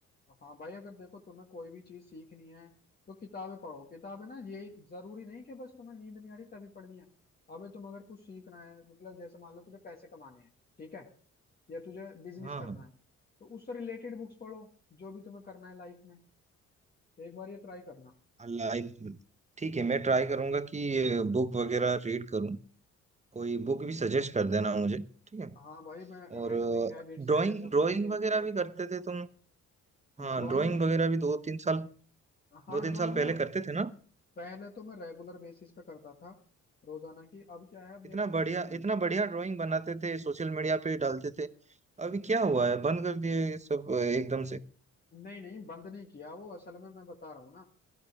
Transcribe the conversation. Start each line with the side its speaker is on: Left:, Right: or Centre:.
Left: हाँ भाई अगर देखो तुम्हें कोई भी चीज सीखनी है तो किताबें पढ़ो किताबें ना ये जरूरी नहीं कि बस तुम्हें नींद नहीं आ रही तभी पढ़नी है अबे तुम अगर कुछ सीखना है मतलब जैसे मान लो तुझे पैसे कमाने हैं ठीक है या तुझे बिजनेस
Right: हाँ
Left: करना है तो उससे रिलेटेड बुक्स पढ़ो जो भी तुम्हें करना है लाइफ में एक बार ये ट्राई करना
Right: हाँ लाइफ ठीक है मैं ट्राई करूंगा कि बुक वगैरह रीड करूं कोई बुक भी सजेस्ट कर देना मुझे ठीक है
Left: हाँ भाई मैं
Right: और
Left: एटॉमिक हैबिट्स
Right: ड्राइंग
Left: है the
Right: ड्राइंग
Left: five AM
Right: वगैरह
Left: club
Right: भी करते थे तुम हाँ
Left: Drawing
Right: ड्राइंग वगैरह भी दो तीन साल
Left: हाँ
Right: दो तीन
Left: ड्राइंग
Right: साल पहले
Left: ना
Right: करते थे ना
Left: पहले तो मैं रेगुलर बेसिस पे करता था रोजाना की अब क्या है अब
Right: इतना
Left: मेरा ऐसा
Right: बढ़िया
Left: सीन नहीं
Right: इतना
Left: है
Right: बढ़िया ड्राइंग बनाते थे सोशल मीडिया पे डालते थे अभी क्या हुआ है बंद कर दिए ये सब अ, एकदम से
Left: नहीं नहीं बंद नहीं किया वो असल में मैं बता रहा हूँ ना